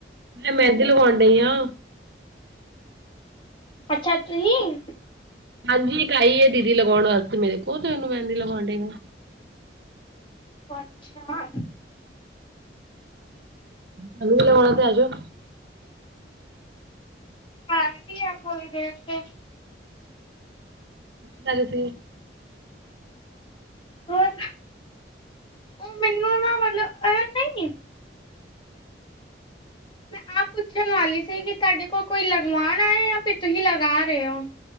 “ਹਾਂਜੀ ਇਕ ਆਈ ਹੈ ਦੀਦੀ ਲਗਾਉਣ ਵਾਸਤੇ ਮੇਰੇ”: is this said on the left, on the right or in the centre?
Right